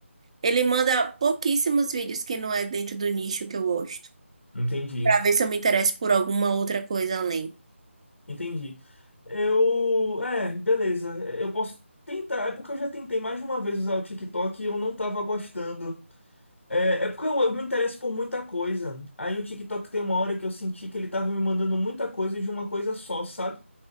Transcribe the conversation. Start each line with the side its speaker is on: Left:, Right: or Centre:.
Right: ele manda pouquíssimos vídeos que não é dentro do nicho que eu gosto,
Left: Entendi.
Right: para ver se eu me interesso por alguma outra coisa além.
Left: Entendi. Eu. É, beleza. Eu posso tentar. É porque eu já tentei mais de uma vez usar o TikTok e eu não tava gostando. É, é porque eu, eu me interesso por muita coisa. Aí o TikTok tem uma hora que eu senti que ele tava me mandando muita coisa de uma coisa só, sabe?